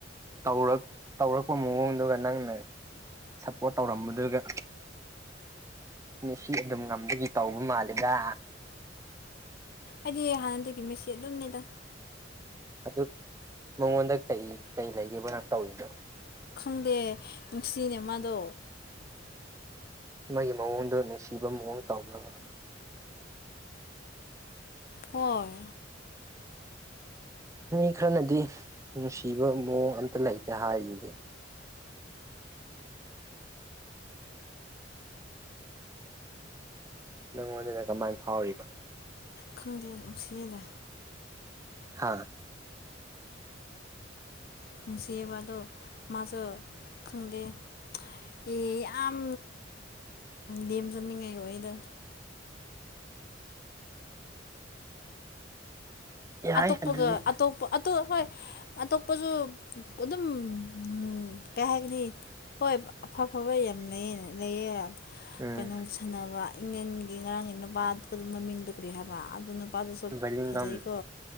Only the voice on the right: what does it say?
ꯇꯧꯔꯛ ꯇꯧꯔꯛꯄ ꯃꯑꯣꯡꯗꯨꯒ ꯅꯪꯅ ꯁꯞꯄꯣꯔꯠ ꯇꯧꯔꯝꯕꯗꯨꯒ ꯃꯦꯁꯤ ꯑꯗꯨꯝ ꯉꯝꯕꯒꯤ ꯇꯧꯕ ꯃꯥꯜꯂꯦꯗ
ꯑꯗꯨ ꯃꯉꯣꯟꯗ ꯀꯩ ꯀꯩ ꯂꯩꯒꯦꯕ ꯅꯪ ꯇꯧꯔꯤꯗꯣ
ꯃꯥꯒꯤ ꯃꯑꯣꯡꯗꯣ ꯅꯨꯡꯁꯤꯕ ꯃꯑꯣꯡ ꯇꯧꯕ꯭ꯔꯕ
ꯃꯤ ꯈꯔꯅꯗꯤ ꯅꯨꯡꯁꯤꯕ ꯃꯑꯣꯡ ꯑꯝꯇ ꯂꯩꯇꯦ ꯍꯥꯢꯔꯤꯗꯨꯗꯤ ꯅꯪꯉꯣꯟꯗꯅ ꯀꯃꯥꯢ ꯐꯥꯎꯔꯤꯕ
ꯍꯥꯥ
ꯌꯥꯏ
ꯑꯗꯨꯗꯤ
ꯎꯝ
ꯕꯂꯤꯡꯒꯝ